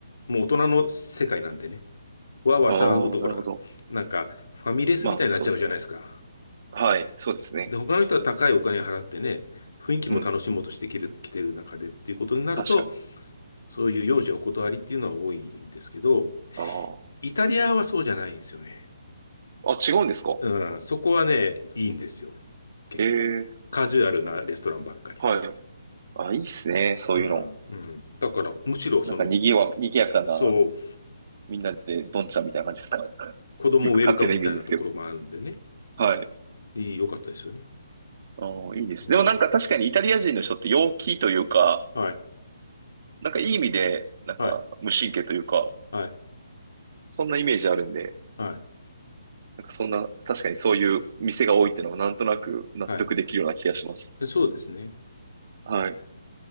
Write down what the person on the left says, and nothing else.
もう大人の世界なんでね。わーわー騒ぐとほら、
なんか、ファミレスみたいになっちゃうじゃないですか。
で、他の人は高いお金払ってね、雰囲気も楽しもうとしてきる、
来てる中でっていうことになると、
そういう幼児お断りっていうのは多いんですけど、
イタリアはそうじゃないんですよね。
うん、そこはね、いいんですよ。結構。
カジュアルなレストランばっかりで。
うん、うん。だから、むしろその、
そう、
子供ウェルカムみたいなところもあるんでね。
いい、良かったですよね。
うん。
はい、
はい、はい、
はい、
はい。でそうですね。